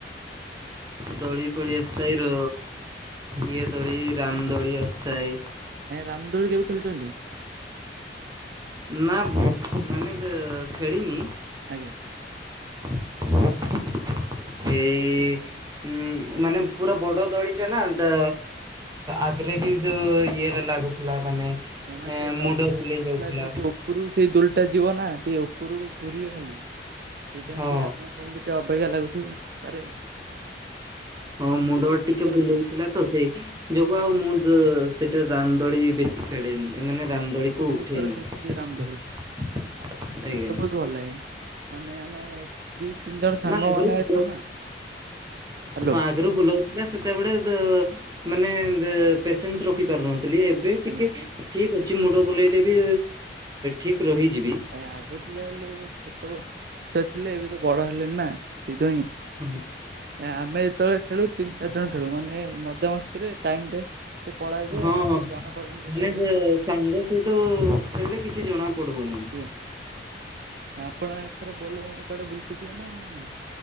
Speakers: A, on the right (about 20°); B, on the right (about 55°).
A: ଦଳି ପଳି ଆସିଥାଏ ର ଇଏ ଦୋଳି ରାମ ଦୋଳି ଆସିଥାଏ
B: ରାମଦୋଳି କେବେ ଖେୁଛନ୍ତି
A: ନା ମାନେ ତ ଖେଳିନି
B: ଆଜ୍ଞା
A: ଁ ଏଇ ଉଁ ମାନେ ପୁରା ବଡ ଦଳିଟା ନା ଆଗରେ ବି ଇଏ ହେଲା ଲାଗୁଥ ପଲା ମାନେ
B: ଏମାନେ
A: ଏଁ
B: ଟିକେ
A: ମୁଣ୍ଡ ବୁଲେଇ
B: ଡରଥିଲା
A: ଯାଉଥିଲା
B: ଯେହେତୁ ଉପରୁ ସେଇ ଦୋଲ ଟା ଯିବ ନା ଟିକେ ଉପରୁ ଘୁରିବେ ଖାଲି ସେଇଥିପାଇଁ
A: ହଁ
B: ଟିକେ ଆପଣ କୁହନ୍ତି ଟିକେ ଅପେକ୍ଷା ଲାଗୁଥଛି ଆରେ
A: ହଁ ମୁଣ୍ଡ
B: ମୁଁ ତ ବହୁତ
A: ଟିକେ
B: ଥର
A: ବୁଲଉଥିଲା
B: ଖେଳିଛି
A: ତ ସେଇ ଯୋଗ ଆଉ ମୁଁ ଦୋ ସେଟା ରାମଦୋଳି ବେଶୀ ଖେଳେନି ଏମାନେ ରାମଦୋଳି
B: ଆଜ୍ଞା ମୁଁ ତ
A: କୁ
B: ବହୁତ
A: ଉଠେନିକି
B: ଥର ଖେଳିଛି ରାମଦୋଳି
A: ଆଜ୍ଞା।
B: ମତେ ଭଲାଗେ ମାନେ ଆମେ ଦି ତିନି ଜଣ ସାଙ୍ଗ
A: ନା ଆଗରୁ
B: ମାନେ ଯାଉ ନା ହାଲୋ
A: ହଁ ଆଗରୁ ବୁଲାଉଥିଲା ସେତେବେଳେ ମାନେ ପେସେନ୍ସ ରଖି ପାରୁନଥିଲି। ଏବେ
B: ଆଜ୍ଞା
A: ଟିକେ ଠିକ୍ ଅଛି ମୁଣ୍ଡ ବୁଲେଇଲେ ବି ଠିକ୍ ରହିଯିବି।
B: ଭାଇ ଆଗରୁ ତ ଯାହେଲୁ ଛୋଟ ଛୁଆ ଥିଲେ ଏବେ ତ ବଡ ହେଲେଣିି ନା ସେଇଥିଇଁ
A: ହୁଁ।
B: ଆମେ ଯେତେବେଳେ ଖେଳୁ ତିନି ଚାରି ଜଣ ଖେଳୁ ମାନେ ମଜା ମସ୍ତିରେ ଟାଇମି ଟା ସେ ପଳଏ ଯେ
A: ହଁ
B: ଆମକୁ ଜଣାପଡେନି
A: ମାନେ
B: କେତେବେଳେ
A: ଯେ
B: କ
A: ସାଙ୍ଗ ସହିତ ଖେଳିଲେ କିଛି ଜଣା ପଡିବନି।
B: ସରିଲା। ଆପଣ ଏଥର ବୋଲବମ୍ ରେ କୁଆଡେ ବୁଲିତେଜିବେ ନା ନାଇଁ।